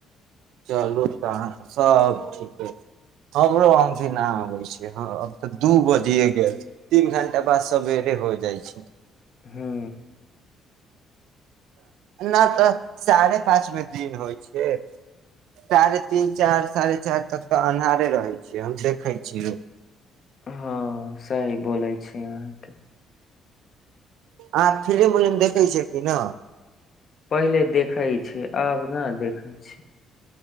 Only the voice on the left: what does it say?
हू
हँ सही बोलै छी अहाँके
पहिले देखैत छै से आब नहि देखै छी